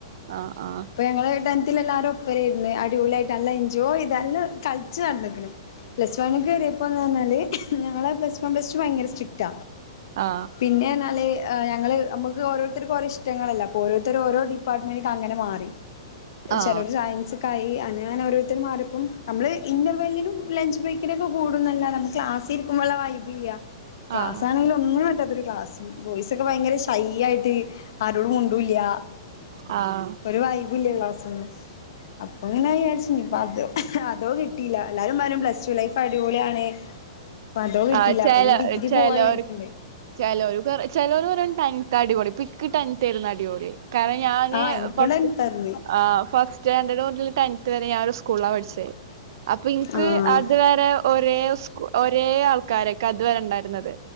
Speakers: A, on the right; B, on the left.
A: ആ ആ
B: ഇപ്പൊ ഞങ്ങള് ടെൻത്തിൽ എല്ലാരും ഒപ്പരം ഇര്ന്ന് അടിപൊളിയായിട്ട് നല്ല എൻജോയ് ചെയ്ത് നല്ല കളിച്ച് നടന്ന്ക്ക്ണ് പ്ലസ് വണിക്ക് കയറിപ്പോ ന്ന് പറഞ്ഞാല് ഞങ്ങള് പ്ലസ് വൺ പ്ലസ് ടു ഭയങ്കര സ്ട്രിക്റ്റ
A: ആ
B: പിന്നെ എന്നാല് ആഹ് ഞങ്ങള് നമ്മുക്ക് ഓരോരുത്തർ ഓരോ ഇഷ്ടങ്ങളല്ലെ അപ്പൊ ഓരോത്തർ ഓരോ ഡിപ്പാർട്ട്മെന്റക്ക് അങ്ങനെ മാറി.
A: ആ
B: ചെലർ സയൻസ്‌ക്കായി അങ്ങനെ ഓരോരുത്തർമാറിപ്പം നമ്മള് ഇന്റർവെല്ലിനും ലഞ്ച് ബ്രേക്കിനൊക്കെ കൂടുന്നല്ലാതെ നമ്മ ക്ലാസ്. ഇരിക്കുമ്പോല്ല വൈബ് ഇല്ല ക്ലാസ്
A: ആ
B: ആണെങ്കി ഒന്നിനും പറ്റാതെ ഒര് ക്ലാസും ബോയ്സ് ഒക്കെ ഭയങ്കര ഷൈ ആയിട്ട് ആ ആരോടും മിണ്ടുല
A: ആഹ്
B: ഒരു വൈ <unintelligible> ക്ലാസ്ന്ന് അപ്പൊ പിന്നെ ങ്ങനെ വിചാരിച്ച് അതോ അതോ കി ട്ടില്ല എല്ലാരും പറയും പ്ലസ് ടു ലൈഫ് അടിപൊളിയാണ്. അപ്പൊ അതോ കിട്ടിയില്ല
A: ആ ചെല
B: അപ്പൊ ഇനി ഡിഗ്രി
A: ചെലോർ
B: പോവാ വിചാരിക്കണ്ട്
A: ചെലോർ ക ചെലോർ പറയും അടിപൊളി പ്പിക്കിട്ട് ടെൻത്ത് എനി അടിപൊളി കാരണം ഞാന്
B: ആഹ് എനിക്കുണ്ടായിരുന്നു
A: ഫസ്റ്റ്
B: തന്ന്
A: ഫസ്റ്റ് ആ ടെൻത്ത് വരെ ഞാൻ ഒരു സ്കൂളിലാ പട്‌ച്ചെ അപ്പൊ ന്ക്ക്
B: ആഹ്
A: അത് വരെ ഒരേ സ്കൂ ഒരേ. ഒരേ ആൾക്കാര ന്ക്ക് അത്വരെ ണ്ടായിര്ന്നത്